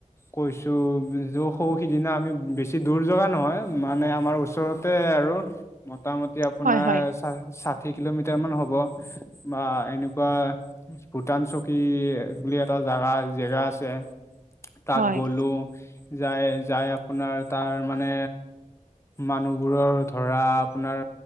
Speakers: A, on the left (about 20°); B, on the right (about 80°).
A: কৈছো যৌ সৌ সিদিনা আমি বেছি দূৰ জাগা নহয় মানে আমাৰ ওচৰতে আৰু মোটামুটি আপোনাৰ
B: হয়, হয়,
A: ষা ষাঠি কিলোমিটাৰ মান হ'ব বা এনেকুৱা ভূটান চকী বুলি এটা জেগা জেগা আছে। তাত
B: হয়,
A: গলো যাই যাই আপোনাৰ তাৰ মানে মানুহবোৰৰ ধৰা আপোনাৰ